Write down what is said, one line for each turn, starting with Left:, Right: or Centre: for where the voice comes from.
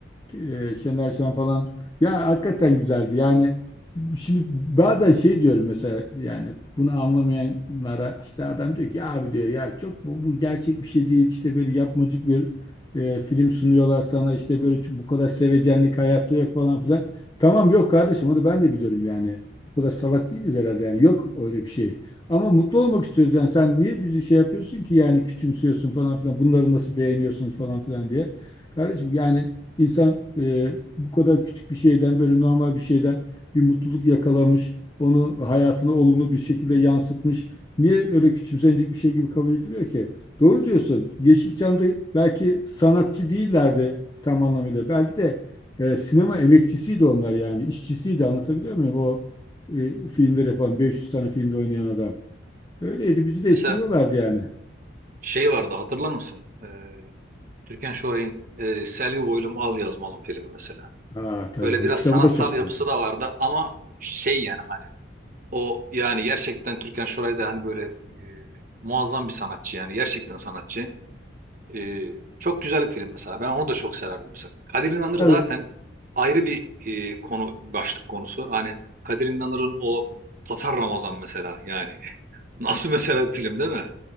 Left: e, Şener Şen falan. Ya hakikaten güzeldi. Yani şimdi bazen şey diyorum mesela yani bunu anlamayanlara işte adam diyor ki "Ya abi diyor ya çok bu, bu gerçek bir şey değil. işte böyle yapmacık bir e, film sunuyorlar sana işte böyle bu kadar sevecenlik hayatta yok falan filan. Tamam yok kardeşim onu ben de biliyorum yani. O kadar salak değiliz herhalde yani yok öyle bir şey. Ama mutlu olmak istiyoruz yani sen niye bizi şey yapıyorsun ki yani küçümsüyorsun falan filan bunları nasıl beğeniyorsunuz falan filan diye. Kardeşim yani İnsan e, bu kadar küçük bir şeyden böyle normal bir şeyden bir mutluluk yakalamış, onu hayatına olumlu bir şekilde yansıtmış. Niye öyle küçümsenecek bir şey gibi kabul ediliyor ki? Doğru diyorsun. Yeşilçam'da belki sanatçı değillerdi tam anlamıyla. Belki de e, sinema emekçisiydi onlar yani. işçisiydi anlatabiliyor muyum? O e, filmleri yapan 500 tane filmde oynayan adam. Öyleydi bizi de
Right: Mesela
Left: etkiliyorlardı yani.
Right: şey vardı hatırlar mısın? E, Türkan Şoray'ın e, Selvi Boylum Al Yazmalım filmi mesela.
Left: Aa tabii
Right: Böyle
Left: onun
Right: biraz
Left: kitabı
Right: sanatsal
Left: da çok güzeldi.
Right: yapısı da vardı ama şey yani hani o yani gerçekten Türkan Şoray da hani böyle e, muazzam bir sanatçı yani gerçekten sanatçı. Ee, çok güzel bir film mesela. Ben onu da çok severdim mesela. Kadir İnanır
Left: Tabii.
Right: zaten ayrı bir e, konu başlık konusu. Hani Kadir İnanır'ın o Tatar Ramazan mesela yani. <laughs> Nasıl mesela bir film değil mi?